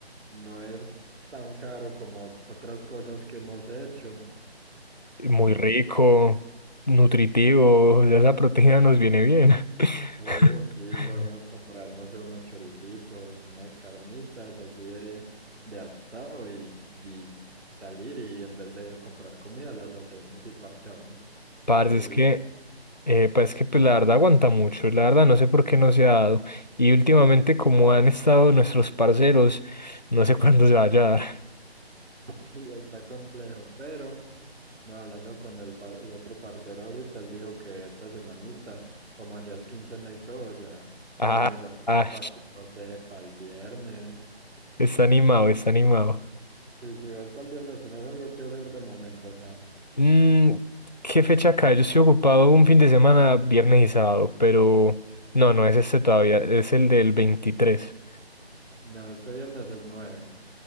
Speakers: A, on the right; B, on the left.
A: no es tan caro como otras cosas que hemos hecho.
B: muy
A: No
B: rico,
A: sé,
B: nutritivo, ya esa proteína nos viene bien. <laughs>
A: Uh, sí, podemos comprar, no sé, unos choricitos, unas carnitas así de, de asado y, y salir y en vez de comprar comida las hacemos y parchamos.
B: Parce,
A: Napoli,
B: es que, eh, pues es que pues, la verdad aguanta mucho, la verdad no sé por qué no se ha dado. Y últimamente como han estado nuestros parceros, no sé cuándo se vaya a dar.
A: <laughs> sí, está complejo, pero no, hablando con el, par- el otro parcero ahorita, él dijo que esta semanita, como ya es quincena y todo, ya
B: Ah,
A: podemos hacer
B: ah.
A: un parche, no sé, para el viernes.
B: Está animado, está animado.
A: Sí, si vas para el viernes, tenés algo que hacer de momento, nada.
B: Mm, ¿qué fecha cae? Yo estoy ocupado un fin de semana, viernes y sábado, pero no, no es este todavía, es el del veintitrés
A: No, este viernes es nueve.